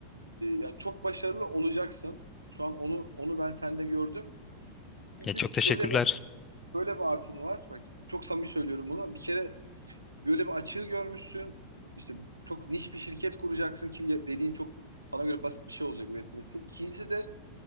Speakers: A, on the right (about 80°); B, on the left (about 20°).
A: yani çok başarılı olacaksın. Şu an onu onu ben sende gördüm. Çünkü
B: Ya çok teşekkürler.
A: şöyle bir şöyle bir artın var. Bak, çok samimi söylüyorum bunu. Bir kere böyle bir açığı görmüşsün. İşte çok niş bir şirket kuracaksın ki dediğin çok sana göre basit bir şey olacak üretmesi. İkincisi de